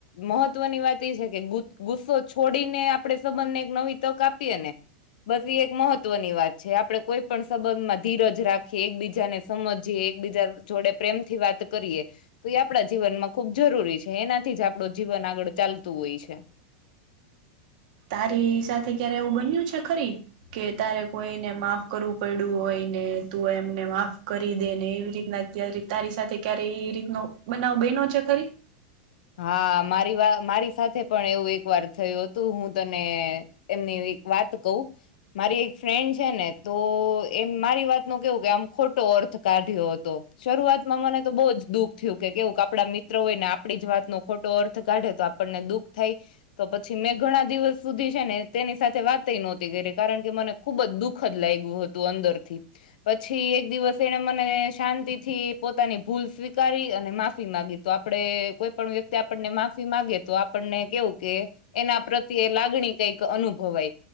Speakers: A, on the left; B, on the right.
A: મહત્વની વાત એ છે કે ગૂ ગુસ્સો છોડીને આપડે સંબંધને એક નવી તક આપીએ ને બસ ઈ એક મહત્વની વાત છે આપડે કોઈ પણ સંબંધ માં ધીરજ રાખીએ એકબીજાને સમજીએ એકબીજા જોડે પ્રેમથી વાત કરીએ તો એ આપણા જીવનમાં ખુબ જરૂરી છે એનાથી જ આપણું જીવન આગળ ચાલતું હોય છે
B: તારી સાથે ક્યારે એવું બન્યું છે ખરી કે તારે કોઈને માફ કરવું પડ્યું હોય ને તું એમને માફ કરી દે ને એવી રીતના ત્યારે તારી સાથે ક્યારે એ રીતનો બનાવ બયનો છે ખરી
A: હા મારી વા મારી સાથે પણ એવું એક વાર થયું હતું હું તને એમને હવે એક વાત કહું મારી એક ફ્રેન્ડ છે ને તો એમ મારી વાત નું કેવું કે આમ ખોટો અર્થ કાઢ્યો હતો શરૂઆતમાં મને તો બહુ જ દુઃખ થયું કે કેવું આપડા મિત્ર હોય ને આપ આપડી જ વાત નો ખોટો અર્થ કાઢે તો આપણને દુઃખ થાય તો પછી મેં ઘણા દિવસ સુધી છે ને તેની સાથે વાતય નહોતી કરી કારણ કે મને ખુબ જ દુઃખદ લાઈ ગયું હતું અંદરથી પછી એક દિવસ એને મને શાંતિ થી પોતાની ભૂલ સ્વીકારી અને માફી માગી તો આપડે કોઈ પણ વ્યક્તિ આપણને માફી માંગે તો આપ આપણને કેવું કે એના પ્રત્યે લાગણી કઈક અનુભવાય